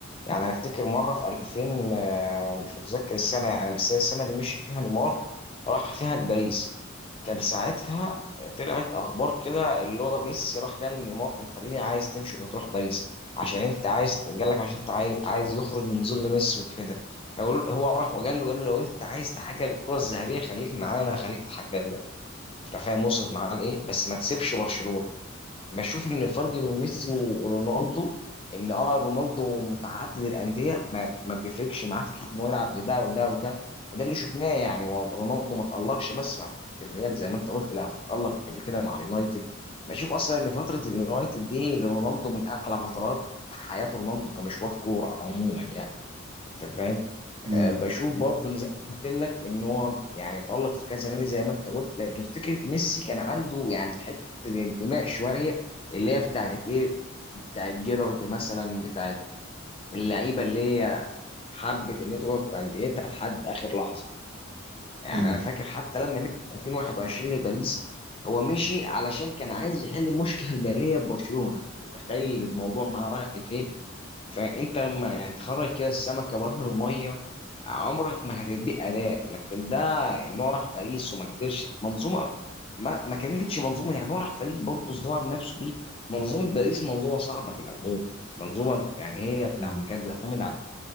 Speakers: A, on the left (about 25°); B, on the right (about 40°).
A: يعني انا افتكر مره في 2000 آه، مش متذكر السنه يعني بس هي السنه اللي مشي فيها نيمار راح فيها لباريس كان ساعتها طلعت اخبار كده اللي هو ميسي راح قال لنيمار انت ليه عايز تمشي وتروح باريس عشان انت عايز قال لك عشان انت عايز, عايز يخرج من ظل ميسي وكده فهو- هو راح وقال له قال له لو انت عايز تحقق الكره الذهبيه خليك معانا خليك تحققها انت فاهم وصلت معاه لايه بس ما تسيبش برشلونه بشوف ان الفرق بين ميسي ورونالدو ان اه رونالدو متعدد الانديه ما, ما بيفرقش معاه في حته انه يلعب لده وده وده وده اللي شفناه يعني هو رونالدو ما تالقش بس مع فكره الريال زي ما انت قلت لا هو تالق قبل كده مع اليونايتد بشوف اصلا ان فتره اليونايتد دي لرونالدو من اقلى فترات في حياه رونالدو كمشوار كوره عموما يعني انت فاهم
B: امم
A: آه، بشوف برضه إن زي ما قلت لك ان هو يعني اتألق في كذا نادي زي ما انت قلت لكن فكره ميسي كان عنده يعني حته الانتماء شويه اللي هي بتاعت ايه بتاعت جيرارد مثلا بتاعت اللعيبه اللي هي حبت ان هي تقعد في انديتها لحد اخر لحظه يعني
B: امم
A: انا فاكر حتى لما مشي في 2021 لباريس هو مشي علشان كان عايز يحل المشكله الماليه ببرشلونه أنت متخيل الموضوع بقى رايح لفين فانت لما يعني تخرج كده السمكه بره الميه عمرك ما هتديك اداء لكن ده ان هو راح باريس وما قدرش منظومه ما, ما كانتش منظومه يعني هو راح فريق برضه ظهر بنفسه بيه منظومه باريس منظومه صعبه في العموم منظومه يعني هي بتاعت
B: امم
A: كانت بتعتمد على